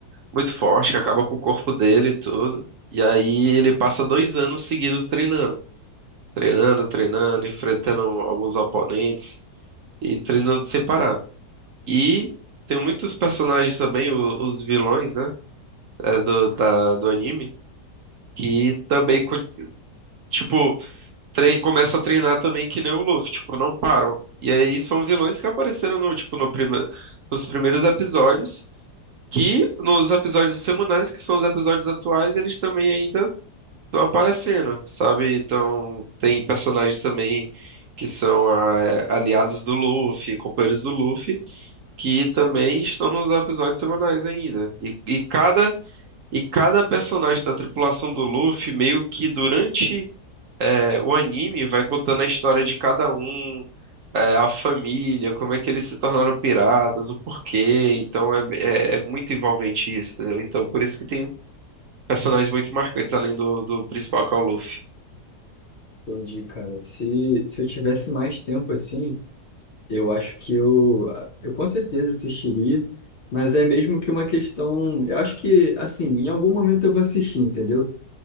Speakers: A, on the right; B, on the left.
A: muito forte, que acaba com o corpo dele e tudo. E aí ele passa dois anos seguidos treinando. Treinando, treinando, enfrentando alguns oponentes e treinando sem parar. E tem muitos personagens também, o- os vilões, né? é, do, da- do anime, que também, co- tipo, tre começa a treinar também que nem o Luffy, tipo, não param. E aí são vilões que apareceram no, tipo, no prime nos primeiros episódios, que nos episódios semanais, que são os episódios atuais, eles também ainda estão aparecendo, sabe? Então, tem personagens também que são ah, aliados do Luffy, companheiros do Luffy, que também estão nos episódios semanais ainda. E, e cada E cada personagem da tripulação do Luffy, meio que durante é, o anime, vai contando a história de cada um, é, a família, como é que eles se tornaram piratas, o porquê. Então é, é- é muito envolvente isso, entendeu? Então por isso que tem personagens muito marcantes além do, do principal, que é o Luffy.
B: Entendi, cara. Se, se eu tivesse mais tempo assim, eu acho que eu, eu com certeza assistiria, mas é mesmo que uma questão. Eu acho que, assim, em algum momento eu vou assistir, entendeu?